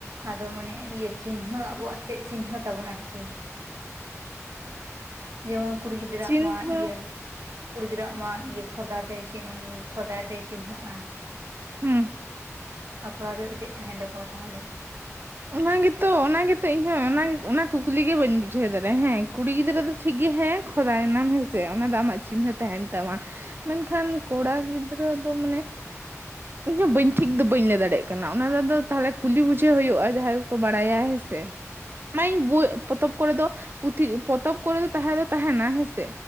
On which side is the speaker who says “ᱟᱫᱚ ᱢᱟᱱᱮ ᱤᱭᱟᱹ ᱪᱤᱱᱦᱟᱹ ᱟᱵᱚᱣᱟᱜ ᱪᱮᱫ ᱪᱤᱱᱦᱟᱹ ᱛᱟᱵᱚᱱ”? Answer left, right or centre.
Right